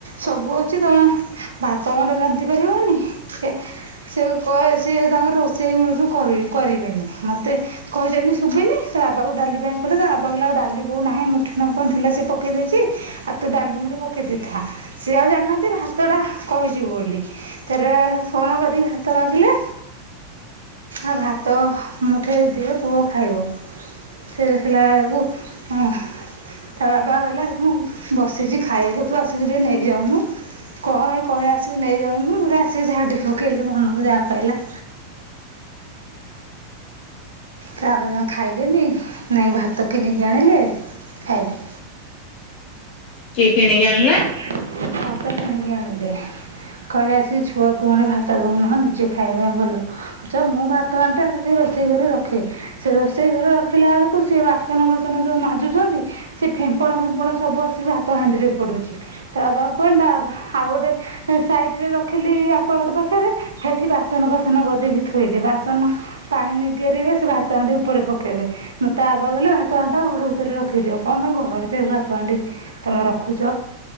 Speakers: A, on the right; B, on the left.
A: ସବୁ ଅଛି ତମେ ଭାତ ଗଣ୍ଡେ ରାନ୍ଧି ପାରିବନି। ସେ ସେ କ ସିଏ ତାଙ୍କର ରୋଷେଇ ମୁଳୁରୁ କରି କରିବେନି। ମତେ କହିଯାନନି ସୁଵିନି ତା ବାପା କୁ ଡାଲି ପାଇଁ କଇଲା ତା ବାପା କଇଲା ଡାଲି ବୋଉନାଇଁ। ମୁଠେ ନାଗୁ କଣ ଥିଲା ସିଏ ପକେଇ ଦେଇଚି। ଆଉ ତୁ ଡାଲି ମୁଠେ ପକେଇ ଦେଇଥାଆ। ସେ ଆଉ ଜାଣନାହାନ୍ତି ଭାତ ଟା କହିଚି ବୋଲି। ଥରେ ଫୋନ କରି ଭାତ ମାଗିଲେ ଆଉ ଭାତ ମୁ ଠେ ଦିଅ ପୁଅ ଖାଇବ। ସେ ଦେଖିଲା ଏଳୁକୁ ଉହୁଁ। ତା ବାପା କଇଲା ମୁଁ ବସିଚି ଖାଇବାକୁ ତୁ ଆସିକି ଟିକେ ନେଇଯାଉନୁ। କଣ ଏ କହିଲେ ଆସିକି ନେଇଯାଉନୁ। ପୁରା ଆସିକି ଝାଡ଼ି ପକେଇଲେ ମନକୁ ଯାହା ପାଇଲା। ତାପରେ ଜମା ଖାଇଲେନି। ନେଇ ଭାତ କିଣିକି ଆଣିଲେ ଖାଇଲେ।
B: କିଏ କିଣିକି ଆଣିଲା।
A: ଭାତ କିଣିକି ଆଣିଲେକହିଲେ ଆସିକି ଛୁଆକୁ ଗଣ୍ଡେ ଭାତ। ଭାତ ଦେଉନ ନିଜେ ଖାଇବା ପାଇଁ ଭଲ ରଖିଛ। ମୁଁ ଭାତ ହାଣ୍ଡିଟା ଆସିକି ରୋଷେଇ ଘରେ ରଖେ। ସେ ରୋଷେଇ ଘରେ ରଖିଲା ବେଳକୁ ସେ ବାସନ ଫାସନ ଯୋଉ ମାଜୁଛନ୍ତି। ସେ ଫେମ୍ପଣ ଫେମ୍ପଣ ସବୁ ଆସିକି ଭାତ ହାଣ୍ଡି ରେ ପଡୁଛି। ତା ବାବାଙ୍କୁ କହିଲି ତା ବାବା ଆଉ ଗୋଟେ। ସେ ସାଇଡରେ ରଖିଲି ଆକୁଆଗାଡ଼ ପାଖରେ। ସେଠି ବାସନ ଫାସନ ଗଦେଇକି ଥୋଇଲେ ବାସନ ପାଣି ନିଗେରିବେ ସେ ବାସନ। ଭାତ ହାଣ୍ଡି ଉପରେ ପକେଇବେ। ତା ବାପା କହିଲେ ଭାତ ହାଣ୍ଡି ଟା ଘର ଭିତରେ ରଖିଦିଅ। କଣ ପାଇଁ ଘର ଭିତରେ ଭାତ ହାଣ୍ଡି କଣ ପାଇଁ ଘର ଭିତରେ ତମେ ରଖୁଛ।